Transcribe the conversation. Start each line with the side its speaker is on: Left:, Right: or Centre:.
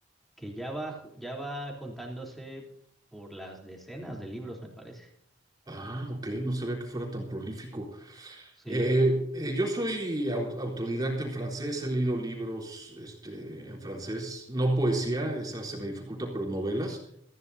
Centre: que ya va, ju- ya va contándose por las decenas de libros, me parece.
Right: Ah, ok, no sabía que fuera tan prolífico.
Centre: Sí,
Right: Eh, eh, yo soy au- autodidacta en francés, he leído libros, este, en francés, no poesía, esa se me dificulta, pero novelas.